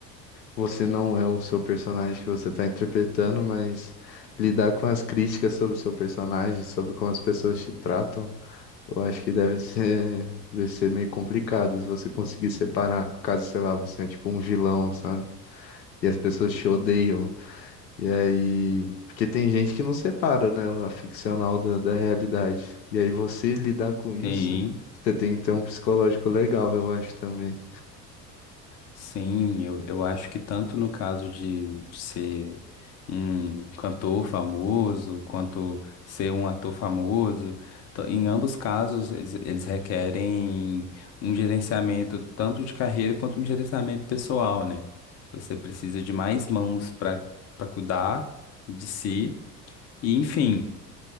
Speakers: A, on the left; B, on the left.
A: você não é o seu personagem que você está interpretando, mas lidar com as críticas sobre o seu personagem, sobre como as pessoas te tratam. Eu acho que deve ser, deve ser meio complicado se você conseguir separar, caso, sei lá, você é tipo um vilão, sabe? E as pessoas te odeiam. E aí. Porque tem gente que não separa, né? A ficcional da, da realidade. E aí você lidar com isso,
B: Sim.
A: você tem que ter um psicológico legal, eu acho também.
B: Sim, eu, eu acho que tanto no caso de, de ser um cantor famoso, quanto ser um ator famoso, to- em ambos casos eles, eles requerem um gerenciamento tanto de carreira quanto um gerenciamento pessoal, né? Você precisa de mais mãos para para cuidar de si. E, enfim,